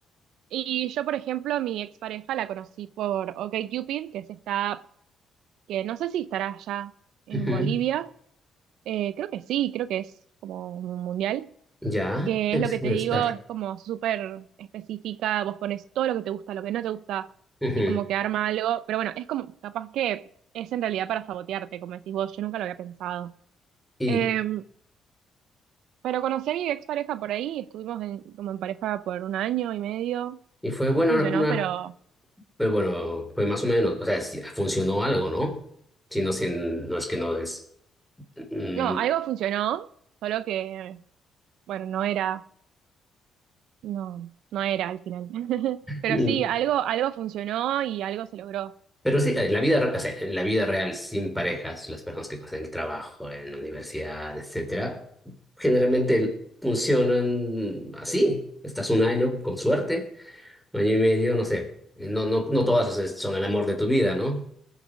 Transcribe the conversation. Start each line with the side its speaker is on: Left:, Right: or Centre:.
Right: Y yo, por ejemplo, a mi expareja la conocí por OkCupid, que es esta app que no sé si estará ya en
Centre: Ujú.
Right: Bolivia. Eh, creo que sí, creo que es como un mundial.
Centre: Ya,
Right: Que
Centre: debes
Right: es lo que te
Centre: debe
Right: digo,
Centre: estar.
Right: es como súper específica. Vos pones todo lo que te gusta, lo que no te gusta,
Centre: Ujú.
Right: y como que arma algo. Pero bueno, es como, capaz que es en realidad para sabotearte, como decís vos, yo nunca lo había pensado.
Centre: Y,
Right: Eh, pero conocí a mi expareja por ahí, estuvimos en- como en pareja por un año y medio.
Centre: y fue buena,
Right: No funcionó,
Centre: una,
Right: pero.
Centre: Pero bueno, fue más o menos, o sea, sí, funcionó algo, ¿no? Si no, si no es que no es. mm,
Right: No, algo funcionó, solo que, bueno, no era, no, no era al final. <laughs> Pero
Centre: mm.
Right: sí, algo, algo funcionó y algo se logró.
Centre: Pero sí, en la vida, re- o sea, en la vida real, sin parejas, las personas que hacen el trabajo, en la universidad, etcétera, generalmente funcionan así. Estás un año, con suerte, un año y medio, no sé. No, no, no todas es- son el amor de tu vida, ¿no?